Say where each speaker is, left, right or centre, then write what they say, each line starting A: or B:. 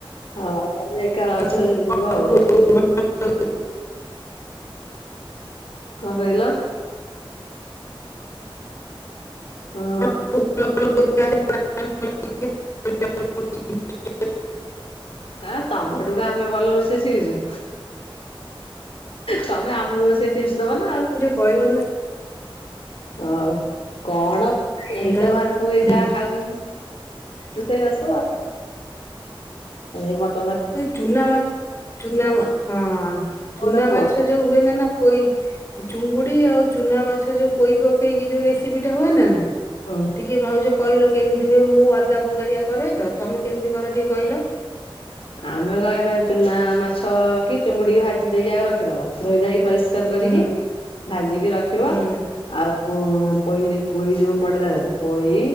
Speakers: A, on the left (about 75°); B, on the left (about 30°).
A: ହ ତମେ ଏକା ଅଛ
B: ତମକୁ
A: ଯେବେ
B: କଣ
A: ଯିବ
B: ସବୁ
A: ଆଉ।
B: ଭଲ
A: କଣ କହିଲ? ହଁ।
B: <inaudible>
A: ହ ତମଠୁ ତ ଆମେ ଭଲ ରୋଷେଇ ଶିଖିଛୁ? ତମେ ଆମକୁ ରୋସେଇ ଟିପ୍ସ ଦବ ନା ଆଉ।
B: <inaudible> କରିବ ନାଁ।
A: ହଉ କଣ କରିବି
B: ଆଉ
A: ଏଇତ
B: ତମେ-
A: ଘରେ ସବୁ ଏ ଯାହା
B: ହୁଁ
A: ଖାଉସନ୍ତି। ରୁଷେଇ ବାସ ଏଇ ବର୍ତ୍ତ
B: ସେ ଚୁନା ମା ଚୁନା ମା ହଁ
A: କହୁନ
B: ଚୁନା
A: କୁହ
B: ମାଛ ଛ ଯୋଉ ହୁଏନ ନା ନା ପୋଇ ଚୁଙ୍ଗୁଡି ଆଉ ଚୁନା ମାଛ ଯୋଉ ପୋଇ ପକେଇକି ଯୋଉ ରେସିପି ଟା ହୁଏ ନା ନା
A: ହୁଁ
B: ଟିକେ ଭାଉଜ କଇଲ କେମିତି ହୁଏ ମୁଁ ଅଲଗା ପକାରିଆ କରେ ତ ତମେ କେମିତି କର ଟିକେ କଇଲ?
A: ଆମେ ବା ଏଇ ଚୁନା ମାଛ କି ଚୁଙ୍ଗୁଡିକି ଭାଜି ଦେଇକି ଆଗ ରଖିଦବ ଧୋଇ ଧାଇକି ପରିସ ସ୍କାର
B: ହୁଁ
A: କରିକି ଭାଜିକି ରଖିବ।
B: ହୁଁ
A: ଆଉ ପୋଇ ଜ ପୋଇ ଯଉ ପଡେ ତାଦେହେରେ ପୋଇ